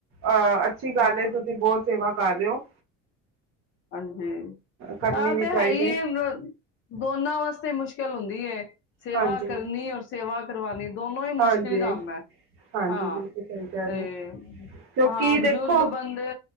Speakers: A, on the right; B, on the left.
A: ਅਹ ਅੱਛੀ ਗੱਲ
B: ਹਾਂ
A: ਹੈਏ ਤੁਸੀਂ ਬਹੁਤ ਸੇਵਾ ਕਰ ਰ ਹੋ
B: ਹਾਂਜੀ ਜ
A: ਕਰਨੀ
B: ਤਾਂ
A: ਵੀ
B: ਤੇ
A: ਚਾਹੀਦੀ
B: ਹੈ ਹੀ ਦੋਨਾਂ ਵਾਸਤੇ ਮੁਸ਼ਕਿਲ ਚਲ ਹੁੰਦੀ ਏ ਸੇਵਾ
A: ਹਾਂਜੀ
B: ਕਰਨੀ ਔਰ ਸੇਵਾ ਕਰਵਾਉਣੀ ਦੋਨੋ ਹੀ ਮੁਸ਼ਕਿਲ
A: ਹਾਂਜੀ
B: ਕੰਮ ਹੈ
A: ਹਾਂਜੀ
B: ਹਾਂ
A: ਬਿਲਕੁਲ ਸਹੀ ਕਹਿ
B: ਤੇ
A: ਰਹੇ ਹੋ ਕਿਉਂਕਿ
B: ਹਾਂ ਬਜ਼ੁਰਗ
A: ਦੇਖੋ
B: ਬੰਦੇ